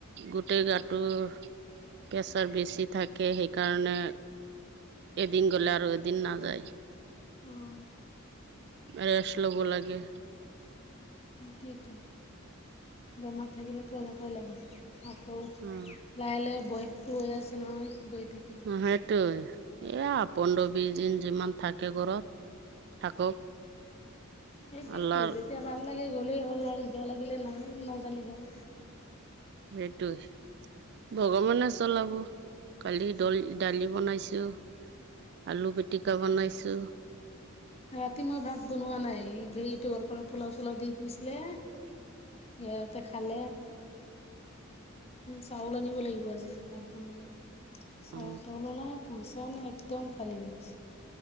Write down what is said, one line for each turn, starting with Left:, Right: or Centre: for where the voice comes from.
Right: গোটেই গাটো প্ৰেছাৰ বেছি থাকে সেইকাৰণে এদিন গ'লে আৰু এদিন নাযায়।
Left: অঁ
Right: ৰেষ্ট ল'ব লাগে।
Left: সেইটোৱেতো বেমাৰ থাকিলেতো এনেকুৱাই লাগে আকৌ।
Right: উম।
Left: লাহে লাহে বয়সটো হৈ আছে নহয়, বৈ থাকে।
Right: অ' সেইটোই। এইয়া পোন্ধৰ, বিছদিন যিমান থাকে ঘৰত থাকক।
Left: সেইটোয়তো
Right: আল্লাৰ
Left: তেতিয়া ভাল লাগে গ'লেই হ'ল আৰু বেয়া লাগিলে ন' নাজালি হয়।
Right: সেইটোই। ভগৱানে চলাব। কালি ডল ডালি বনাইছোঁ। আলু পিটিকা বনাইছোঁ।
Left: ৰাতি মই ভাত বনোৱা নাই, হেউটোবৰপৰা পোলাও চোলাও দি দিছিলে। সিহঁতে খালে। চাউল আনিব লাগিব আজি ভাত বনালে। চাউল
Right: অ
Left: তাউলো নাই, পইচাও নাই, একদম খালী হৈ আছে।